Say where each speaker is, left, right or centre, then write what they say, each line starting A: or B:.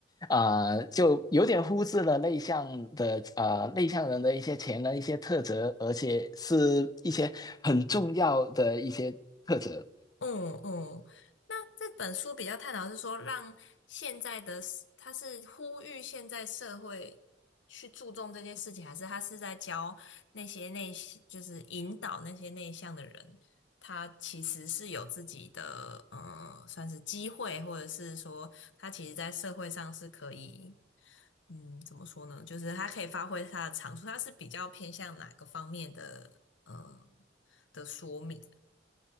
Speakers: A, on the left; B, on the left.
A: 啊、就有点忽视了内向的呃内向人的一些潜能、一些特质，而且是一些很重要的一些特质。
B: 嗯嗯，那这本书比较探讨是说，让现在的他是呼吁现在社会去注重这件事情，还是他是在教那些内向就是引导那些内向的人，他其实是有自己的，嗯，算是机会，或者是说他其实在社会上是可以，嗯，怎么说呢？就是他可以发挥他的长处，他是比较偏向哪个方面的，呃，的说明？